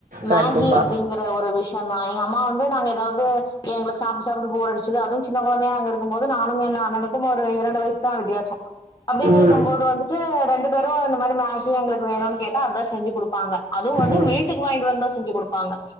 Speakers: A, on the left; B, on the right.
A: மேகி
B: கண்டிப்பா
A: அப்டிங்கிற ஒரு விஷயந்தா‌ எங்க அ ம்மா வந்து நாங்க எதாவ்து எங்ளுக் சாப்ட்டு சாப்ட்டு போர் அடிச்சது அதுவு சின்ன கொழந்தயா நாங்க இருக்கும்போது நானும் என்‌ அண்ணனுக்கும் ஒரு இரண்டு வயசுதா வித்தியாசொ அப்டின்
B: ம்
A: இருக்கும்போது வந்துட்டு ரெண்டு பேரு இந்த மாரி மேகி எங்ளுக்கு வேணுன் கேட்டா அதா செஞ்சு குடுப்பாங்க அதுவு வந்து
B: ம்
A: வீட்டுக் வாங்கிட்வந்து செஞ்சு குடுப்பாங்க